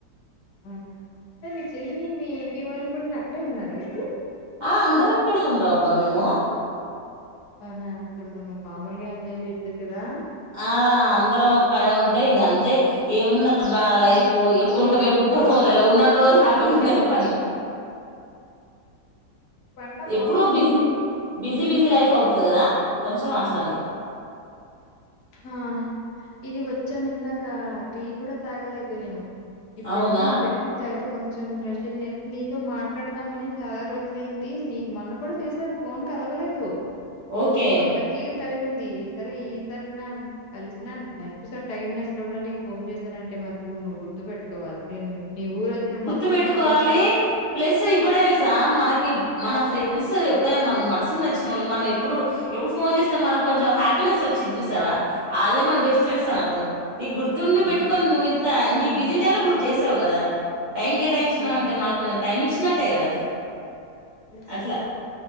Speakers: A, on the left; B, on the right.
A: అవునా అరే మీ చెల్లిని మీ మీ వాళ్ళు కూడా అక్కడే ఉన్నారాయి
B: ఆ అందరం పని ఉండం అబ్బా మేము
A: అవునా అసలు నువ్ మామూలుగా ఎంజాయ్ చేయట్లేదు కదా
B: ఆ అందరం ఒక్కడే ఉంటేయి ఇక అంతే ఏముంది అబ్బా లైఫ ఎప్పుడుంటా ఎప్పుడు ఉన్న రోజులు హ్యాపీగా ఉంటుండ పని
A: ఆ ఇ పంట బాగుంది
B: ఎప్పుడు బిజీ బిజీ బిజీ లైఫ్ అవుతుంది కదా కొంచెం అట్లని
A: ఆ ఇది వచ్చ నిందాకా టీ కూడాడా తగలేదు నేను ఇప్పుడు
B: అవునా
A: వెళ్ళి పెట్టుకున్న తయితే కొంచ కొంచెం ప్రశాంతం గా నీతో మాట్లాడదామని చాలా రోజుల అయింది నీ మొన్న కూడా చేశాను ఫోన్ క అలవా లేదు
B: ఓకే
A: ఇప్పుడు లక్కీగా కలిసిందిసరే ఈ సార్ కలిసిన సార్ టైట్నెస్ లో కూడా నీకు ఫోన్ చేసాన అంట మ చూడు నువ్వు గుర్దు పెట్టుకోవాలి నేను నీ ఊరు వచ్చిన
B: గుర్తు
A: మొత్తం
B: పెట్టుకోవాలి
A: అన్నన్ని చూపించాలి
B: ప్లస్ ఇం ఒకటి తెలుసా మనకి మన ఫ్రెండ్ ఎప్పుడైనా మన మనసుకు నచ్చిన వాళ మనం ఎప్పుడు ఎప్పుడు ఫోన్ చేసిన మనంంచెం హ్యాపీనెస్ వచ్చిది చూసా అల మన బెస్ట్ ఫ్రెండ్స్ నీ గుర్తుండి
A: అవును
B: పెట్టుకని నువ్వుంత నీ బిజి ట టైమ్ లో చేసావు కదా టైం కేటాయించందం
A: ఆ
B: అంటే మాకు కొంచెం టైం ఇచ్చినట్టే కదా
A: అవును కదా
B: అట్లా